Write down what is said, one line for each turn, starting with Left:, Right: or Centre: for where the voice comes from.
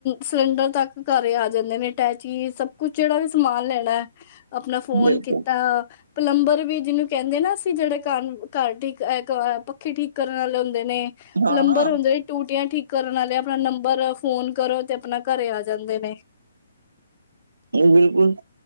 Left: ਸਿਲੰਡਰ ਤੱਕ ਘਰੇ ਆ ਜਾਂਦੇ ਨੇ ਅਟੈਚੀ ਸ ਕੁੱਛ ਜੇੜਾ ਵੀ ਸਮਾਨ ਲੈਣਾ ਆਪਣਾ ਫੋਨ
Right: ਬਿਲਕੁਲ
Left: ਕੀਤਾ ਪਲੰਬਰ ਵੀ ਜਿਨੂੰ ਕੈਂਦੇ ਨਾ ਅਸੀਂ ਜੇੜੇ ਘਰ-ਘਰ ਠੀਕ ਪੱਖੇ ਠੀਕ ਕਰਨ ਆਲੇ ਹੁੰਦੇ ਨੇ। ਪਲੰਬਰ
Right: ਹਾਂ
Left: ਹੁੰਦੇ ਨੇ ਟੂਟੀਆਂ ਠੀਕ ਕਰਨ ਆਲੇ ਆਪਣਾ ਨੰਬਰ ਫੋਨ ਕਰੋ ਤੇ ਆਪਣਾ ਘਰੇ ਆ ਜਾਂਦੇ ਨੇ।
Right: ਬਿਲਕੁੱਲ।